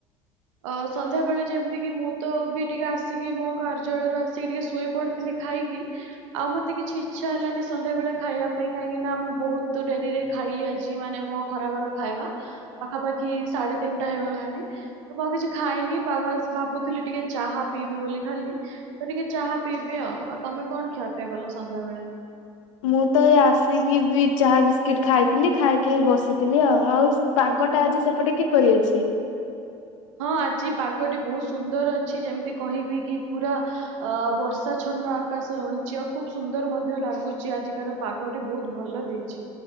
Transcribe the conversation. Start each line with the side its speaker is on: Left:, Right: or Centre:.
Right: ଅ ସନ୍ଧ୍ୟା ବେଳେ ଯେମତି କି ମୁଁ ତ ବି ଟିକେ ଆସିକି ମୋ କାର୍ଯ୍ୟଳୟରୁ ଆସିକି ଟିକେ ଶୋଇ ପଡ଼ିଥିଲି। ଖାଇକି ଆଉ ମତେ କିଛି ଇଚ୍ଛା ହେଲାନେଇ ସନ୍ଧ୍ୟା ବେଳେ ଖାଇବା ପାଇଁ କାହିଁକି ନାଁ ମୁଁ ବୋହୁତ ଡେରିରେ ଖାଇଲି ଆଜି ମାନେ ମୋ ଖରା ବେଳ ଖାଇବା। ପାଖାପାଖି ସାଢ଼େ ତିନିଟା ହେଇଗଲାଣି। ତ ମୁଁ ଆଉ କିଛି ଖାଇନି ବାଭାସ୍ ଭାବୁଥିଲି ଟିକେ ଚାହା ପିଇବି ବୋଲି ଖାଲି ତ ଟିକେ ଚାହା ପିଇବି। ଏଅ ଆଉ ତମେ କଣ ଖିଆପିଆ କଲ ସନ୍ଧ୍ୟା ବେଳେ?
Left: ମୁଁ ତ ଏଇ ଆସିକି ବି ଚାହା ବିସ୍କିଟ୍ ଖାଇଥିଲି ଖାଇକି ହେଇ ବସିଥିଲି ଆଉ ଆଉ ପା ଗଟା ଆଜି ସେପଟେ କିପରି ଅଛି?
Right: ହଁ ଆଜି ପାଗଟି ବୋହୁତ ସୁନ୍ଦର ଅଛି ଯେମତି କହିବି କି ପୁରା ଅ ବର୍ଷା ଛ ଅନ୍ନ ଆକାଶ ରହିଚି ଆଉ ଖୁବ ସୁନ୍ଦର ମଧ୍ୟ ଲାଗୁଚି ଆଜିକାର ପାଗଟି ବୋହୁତ୍ ଭଲ ଦେଇଚି।